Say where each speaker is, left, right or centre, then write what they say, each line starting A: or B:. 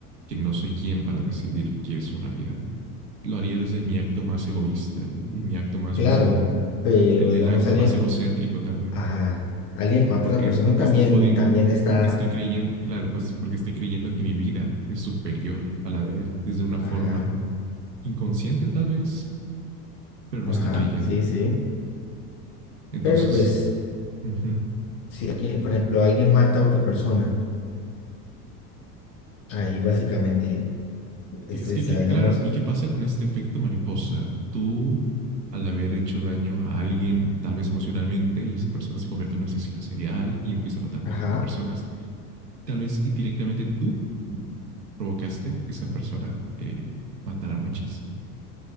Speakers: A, on the right (about 90°); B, on the left (about 50°).
A: que no soy quien para decidir qué es una vida. Lo haría desde mi acto más egoísta y mi acto más
B: claro,
A: mundano,
B: pero
A: en
B: digamos
A: el acto
B: alguien,
A: más egocéntrico también.
B: Ajá. Alguien que mata
A: porque,
B: a otra persona
A: porque
B: también,
A: estoy pudiendo,
B: también está.
A: porque estoy creyendo, claro, pues porque estoy creyendo que mi vida es superior a la de él desde una forma
B: Ajá.
A: inconsciente tal vez, pero lo
B: Ajá.
A: estoy creyendo.
B: Sí, sí.
A: Entonces,
B: Pero pues,
A: uh -huh.
B: si alguien, por ejemplo, alguien mata a otra persona, ahí básicamente está,
A: es que,
B: está,
A: que,
B: digamos,
A: claro, ¿y qué pasa con este efecto mariposa? Tú, al haber hecho daño a alguien, tal vez emocionalmente, y esa persona se convierte en un asesino serial y empieza a matar a
B: ajá.
A: un montón de personas, tal vez indirectamente tú provocaste que esa persona eh, matara a muchas.